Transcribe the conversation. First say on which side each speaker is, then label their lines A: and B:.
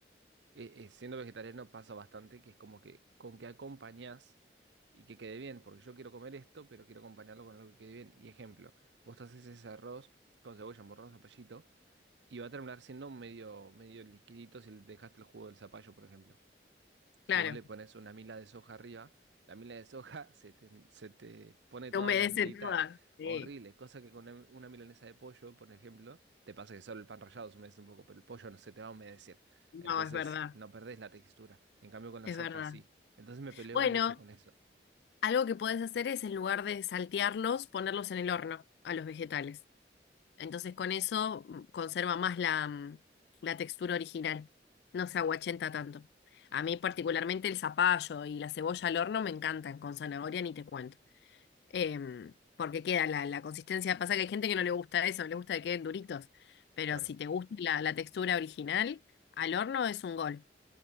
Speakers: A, on the right; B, on the left.
A: eh, eh, siendo vegetariano pasa bastante que es como que con que acompañás y que quede bien, porque yo quiero comer esto, pero quiero acompañarlo con algo que quede bien. Y ejemplo, vos te haces ese arroz con cebolla, morrón, zapallito, y va a terminar siendo medio, medio liquidito si le dejaste el jugo del zapallo, por ejemplo. Si
B: Claro,
A: vos le pones una mila de soja arriba, la mila de soja <laughs> se te, se te pone
B: te
A: toda
B: humedece
A: blandita,
B: toda. Sí,
A: horrible. Cosa que con una, una milanesa de pollo, por ejemplo, te pasa que solo el pan rallado se humedece un poco, pero el pollo no se te va a humedecer.
B: no,
A: Entonces
B: es verdad,
A: no perdés la textura. En cambio con la
B: es
A: soja
B: verdad.
A: sí. Entonces me peleo
B: Bueno,
A: mucho con eso.
B: algo que podés hacer es en lugar de saltearlos, ponerlos en el horno a los vegetales. Entonces con eso mm, conserva más la, mm, la textura original, no se aguachenta tanto. A mí particularmente el zapallo y la cebolla al horno me encantan, con zanahoria ni te cuento. Em, porque queda la, la consistencia, pasa que hay gente que no le gusta eso, le gusta que queden duritos, pero
A: Claro.
B: si te gusta la la textura original, al horno es un gol.